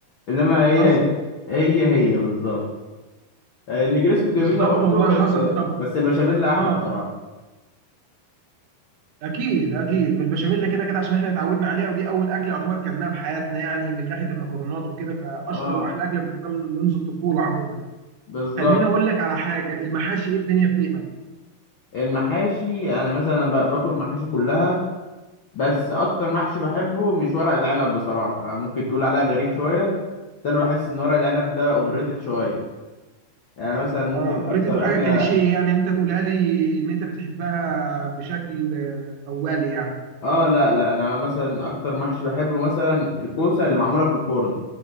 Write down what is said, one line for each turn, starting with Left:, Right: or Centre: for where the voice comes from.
Left: انما هي
Right: حصل
Left: هي هي بالظبط آه، النجريسكو جميلة
Right: بالظبط
Left: برضه
Right: والله
Left: بس
Right: حصل طب
Left: بس البشاميل أحلى
Right: اه
Left: بصراحة
Right: اكيد اكيد من البشاميل كده كده عشان احنا اتعودنا عليها ودي اول اكله يعتبر كلناها في حياتنا يعني من ناحيه المكرونات وكده كاشهر
Left: اه
Right: واحلى اكله بنحبها من منذ الطفوله عموما
Left: بالظبط
Right: خليني اقول لك على حاجه المحاشي ايه الدنيا فيها
Left: المحاشي يعني مثلا أنا ب- باكل المحاشي كلها بس أكتر محشي بحبه مش ورق العنب بصراحة ممكن تقول عليها غريب شوية بس أنا بحس إن ورق العنب ده أوفر
Right: مم.
Left: ريتد شوية يعني مثلا ممكن
Right: آه، افريتو
Left: أكتر
Right: حاجه
Left: أكلة
Right: كليشيه يعني إن انت تقولها لي ان انت بتحبها بشكل آه، اولي يعني
Left: اه لا لا أنا مثلا أكتر محشي بحبه مثلا الكوسة اللي معمولة في الفرن